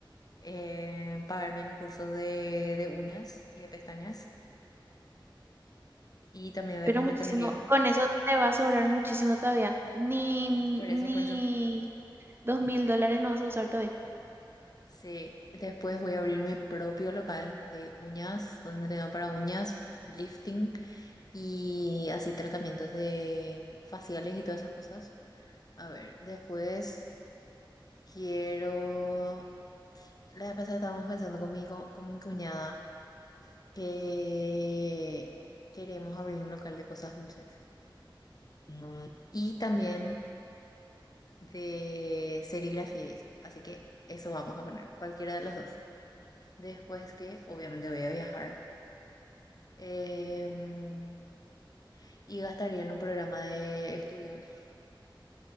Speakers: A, on the left; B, on the right.
A: eh, pagarme mis cursos de, de uñas y de pestañas y también de
B: Pero
A: cosmetología.
B: muchísimo, con eso te va a sobrar muchísimo todavía. Ni,
A: Por
B: ni
A: eso, por eso.
B: dos mil dólares no vas a usar todavía.
A: Sí, después voy a abrir mi propio local de uñas, donde tenga para uñas, lifting y así tratamientos de faciales y todas esas cosas. A ver, después quiero... La vez pasada estábamos pensando con mi, co- con mi cuñada. que queremos abrir un local de cosas dulces Mm, y también de serigrafía y eso. Así que eso vamos a poner, cualquiera de las dos. Después que obviamente voy a viajar em, y gastaría en un programa de estudios.